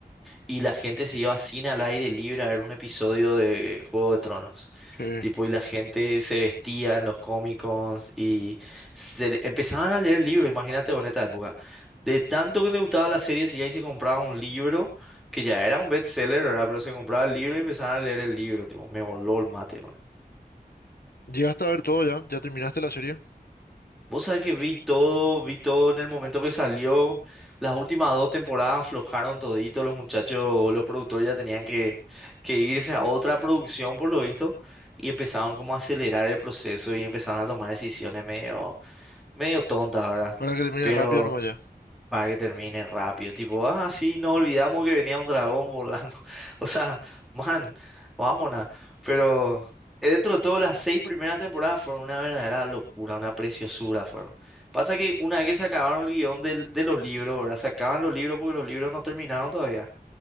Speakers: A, in the centre; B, on the left.
A: y la gente se iba a cine al aire libre a ver un episodio de Juego de Tronos.
B: Sí.
A: Tipo, y la gente se vestía en los cómicos y se, empezaban a leer libros, imagínate, en esta época. De tanto que le gustaba la serie, si ahí se compraba un libro, que ya era un bestseller, ¿verdad? Pero se compraba el libro y empezaban a leer el libro, tipo, me voló el mate,
B: Llegaste a ver todo ya, ya terminaste la serie.
A: Vos sabés que vi todo, vi todo en el momento que salió. Las últimas dos temporadas aflojaron todito, los muchachos, los productores ya tenían que, que irse a otra producción por lo visto y empezaron como a acelerar el proceso y empezaron a tomar decisiones medio, medio tontas, ¿verdad?
B: Para que termine
A: Pero
B: rápido nomás ya.
A: para que termine rápido. Tipo, ah, sí, nos olvidamos que venía un dragón volando. <laughs> O sea, man, vámonos. Pero eh, dentro de todo, las seis primeras temporadas fueron una verdadera locura, una preciosura fueron. Pasa que una vez que se acabaron el guión del- de los libros, verdad, Se acaban los libros porque los libros no terminaron todavía.